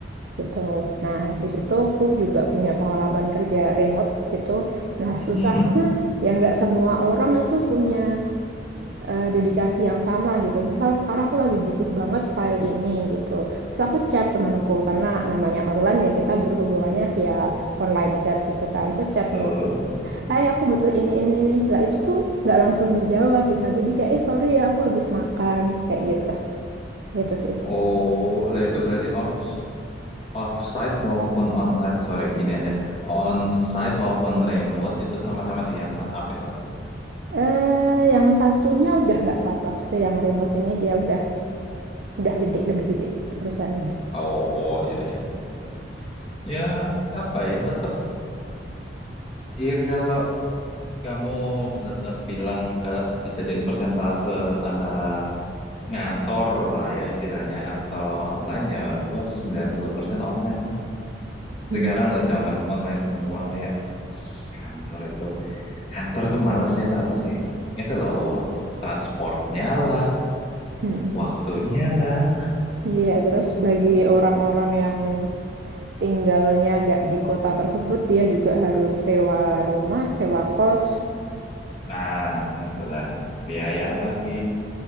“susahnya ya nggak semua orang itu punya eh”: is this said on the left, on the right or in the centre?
Right